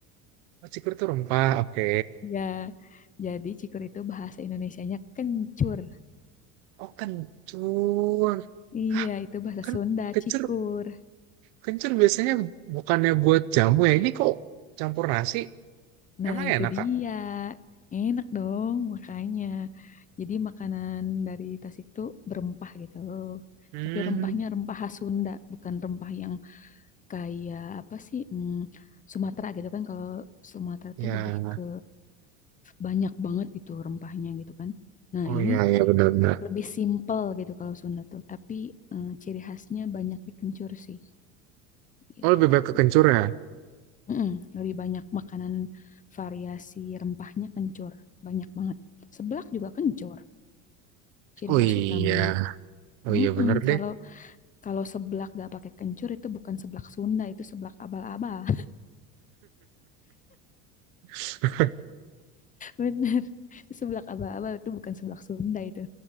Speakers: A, on the right; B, on the left.
A: Oh, cikur tuh rempah. Oke.
B: Ya, jadi cikur itu bahasa Indonesianya kencur.
A: Oh, kencur.
B: Iya,
A: Hah,
B: itu bahasa
A: kan
B: Sunda,
A: kencur.
B: cikur.
A: Kencur biasanya bukannya buat jamu ya. Ini kok campur nasi?
B: Nah,
A: Emang
B: itu
A: enak,
B: dia.
A: Kak?
B: Enak dong, makanya. Jadi makanan dari Tasik itu berempah gitu.
A: Hmm.
B: Tapi rempahnya rempah khas Sunda, bukan rempah yang kayak apa sih? hmm, Sumatera gitu kan kalau Sumatera
A: Ya,
B: tuh lebih ke banyak banget gitu rempahnya gitu kan. Nah,
A: Oh
B: ini
A: iya, iya benar-benar.
B: lebih simple gitu kalau Sunda tuh, tapi eh, ciri khasnya banyak dikencur sih gitu.
A: Oh lebih baik ke kencur ya?
B: Mm-mm, lebih banyak makanan variasi rempahnya kencur, banyak banget. Seblak juga kencur, ciri
A: Oh
B: khas
A: iya,
B: utamanya.
A: oh
B: Mm-mm,
A: iya benar deh.
B: kalau kalau seblak gak pakai kencur itu bukan seblak Sunda, itu seblak abal-abal.
A: <laughs>
B: Bener. Seblak abal-abal itu bukan seblak Sunda itu.